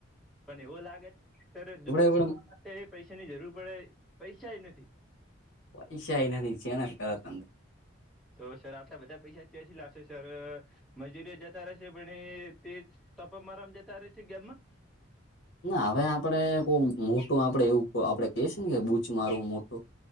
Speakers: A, in the centre; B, on the left.
A: પણ એવો લાગે સર દુકાળ
B: એવડા
A: ખોલવા માટે પૈસાની જરૂર પડે પૈસાએ નથી.
B: પૈસા એ નથી શેનાથી કરો તમે.
A: તો સર આટલા બધા પૈસા ચચી લાગશે સર. મજૂરીઓ જતા રહેશે પણ તે ટપ મારામ જતા રહેશે ગેમમાં.
B: ના હવે આપડે કો મોટું આપડે એવું આપડે. કે છે, ને કે બૂચ મારવું મોટું